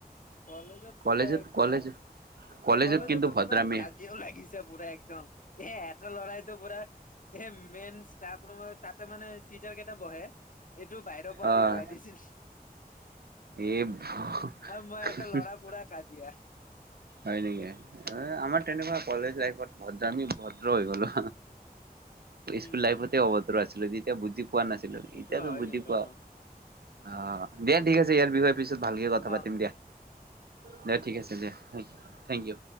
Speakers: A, on the left (about 55°); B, on the right (about 80°).
A: কলেজত।
B: কলেজত
A: পুৰা একদম
B: কলেজ কলেজত
A: কলেজতো
B: কিন্তু ভদ্ৰামি
A: পুৰা কাজ সিও লাগিছে পুৰা একদম, এ এটাই লৰাইতো পুৰা এ মেইন ষ্টাফ ৰুমৰ তাতে মানে টিচাৰ কেইটা বহে। এইটো বাহিৰৰ পৰা
B: অ',
A: লগাই দিছিল।
B: এই ব <unintelligible>
A: আৰু মই এটা ল'ৰা পুৰা কাজিয়া।
B: হয় নেকি, আমাৰ তেনেকুৱা কলেজ লাইফত ভদ্ৰ আমি ভদ্ৰ হৈ গলো।
A: উম।
B: স্কুল লাইফত অভদ্ৰ আছিলো তেতিয়া বুজি পোৱা নাছিলো।
A: সেইটো
B: এতিয়াতো
A: হয়
B: বুজি
A: কিন্তু
B: পাওঁ।
A: অ',
B: অঁ' দিয়া ঠিক আছে। ইয়াৰ বিষয়ে পিছত ভালকে কথা
A: অ',
B: পাতিম দিয়া, দে ঠিক আছে দিয়া। Thank you thank U.